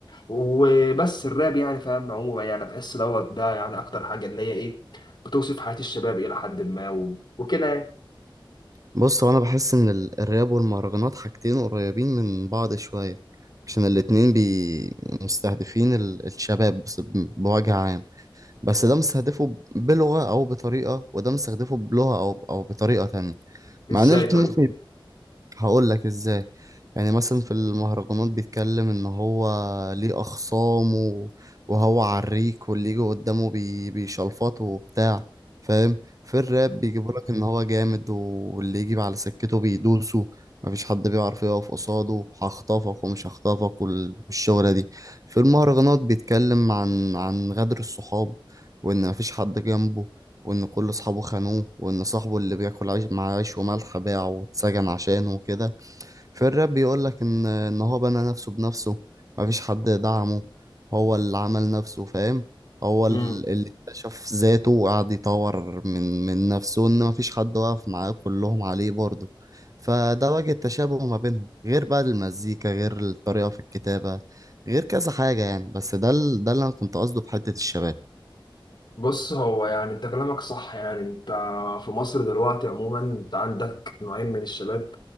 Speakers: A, on the left; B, on the right.
A: وبس الراب يعني فاهم عموما يعني بحس دوت ده يعني اكتر حاجه اللي هي ايه بتوصف حياه الشباب الى حد ما و... وكده يعني
B: بص هو انا بحس ان ال- الراب والمهرجانات حاجتين قريبين من بعض شويه عشان الاتنين بي مستهدفين ال- الشباب بس- بوجه عام بس ده مستهدفه بلغه او بطريقه وده مستهدفه بلغه او او بطريقه تانية
A: ازاي
B: مع ان الاتنين
A: طيب
B: ممكن هقول لك ازاي يعني مثلا في المهرجانات بيتكلم ان هو ليه اخصام و- وهو عريك واللي يجي قدامه بي بيشلفطه وبتاع فاهم في الراب بيجيبوا لك ان هو جامد واللي يجي على سكته بيدوسه مفيش حد بيعرف يقف قصاده هخطفك ومش هخطفك وال- والشغلة دي في المهرجانات بيتكلم عن عن غدر الصحاب وان مفيش حد جنبه وإن كل أصحابه خانوه وإن صاحبه اللي بياكل عيش مع عيش وملح باعه واتسجن عشانه وكده في الراب بيقولك إن إن هو بنى نفسه بنفسه مفيش حد دعمه هو اللي عمل نفسه فاهم هو ال-
A: مم.
B: اللي اكتشف ذاته وقعد يطور من من نفسه إن مفيش حد واقف معاه كلهم عليه برضه فده وجه التشابه ما بينهم غير بقى المزيكا غير الطريقة في الكتابة غير كذا حاجة يعني بس ده ال- ده اللي أنا كنت قصده بحتة الشباب
A: بص هو يعني انت كلامك صح يعني انت في مصر دلوقتي عموما انت عندك نوعين من الشباب